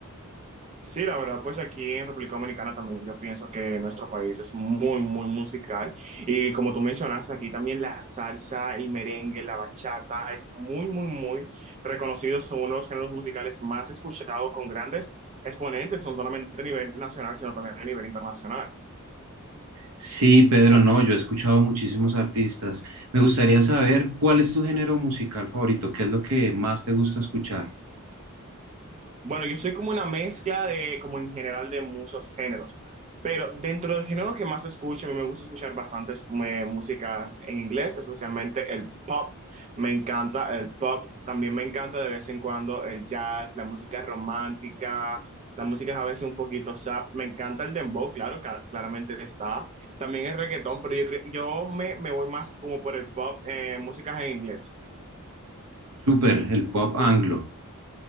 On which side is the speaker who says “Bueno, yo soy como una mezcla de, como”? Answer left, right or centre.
Right